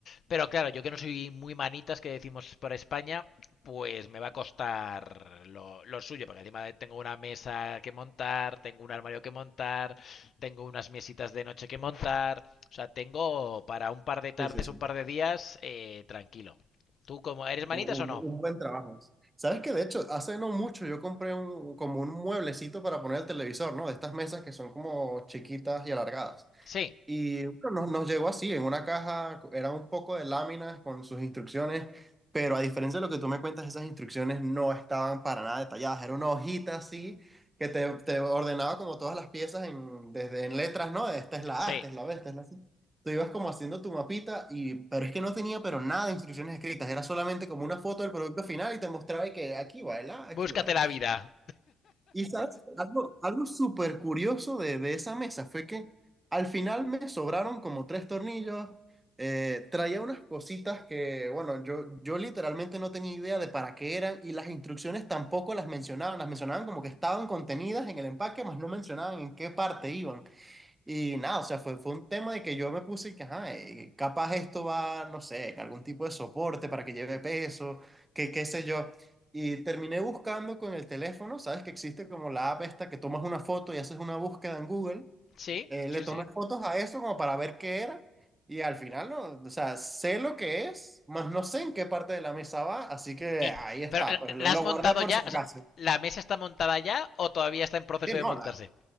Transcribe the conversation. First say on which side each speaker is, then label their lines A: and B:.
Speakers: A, on the left (about 60°); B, on the right (about 15°).
A: Pero claro, yo que no soy muy manitas, que decimos por España, pues me va a costar lo, lo suyo, porque encima tengo una mesa que montar, tengo un armario que montar, tengo unas mesitas de noche que montar. O sea, tengo para un par de tardes,
B: Sí, sí, sí.
A: un par de días, eh, tranquilo. ¿Tú cómo, eres manitas
B: Un, un-
A: o no?
B: un buen trabajo. Sabes que de hecho, hace no mucho yo compré un, como un mueblecito para poner el televisor, ¿no? De estas mesas que son como chiquitas y alargadas.
A: Sí,
B: Y bueno, nos, nos llegó así, en una caja, era un poco de láminas con sus instrucciones, pero a diferencia de lo que tú me cuentas, esas instrucciones no estaban para nada detalladas, era una hojita así que te, te ordenaba como todas las piezas en, desde en letras, ¿no? Esta es la
A: sí.
B: A, esta es la B, esta es la C. Tú ibas como haciendo tu mapita, y, pero es que no tenía pero nada de instrucciones escritas, era solamente como una foto del producto final y te mostraba y que aquí va el A,
A: Búscate
B: aquí va.
A: la vida.
B: Y sabes, algo, algo súper curioso de, de esa mesa fue que al final me sobraron como tres tornillos, eh, traía unas cositas que, bueno, yo, yo literalmente no tenía idea de para qué eran y las instrucciones tampoco las mencionaban, las mencionaban como que estaban contenidas en el empaque, mas no mencionaban en qué parte iban. Y nada, o sea, fue, fue un tema de que yo me puse que, ajá, eh, capaz esto va, no sé, algún tipo de soporte para que lleve peso, que qué sé yo. Y terminé buscando con el teléfono, sabes que existe como la app esta que tomas una foto y haces una búsqueda en Google,
A: Sí,
B: Eh,
A: sí,
B: le tomé
A: sí.
B: fotos a eso como para ver qué era y al final, no, o sea, sé lo que es, más no sé en qué parte de la mesa va, así que
A: Y-
B: ahí está,
A: pero,
B: pues lo,
A: ¿la
B: lo
A: has montado
B: guardé por
A: ya?
B: si
A: O
B: acaso.
A: sea, ¿la mesa está montada ya o todavía está en proceso
B: Sí,
A: de
B: no,
A: montarse?
B: la,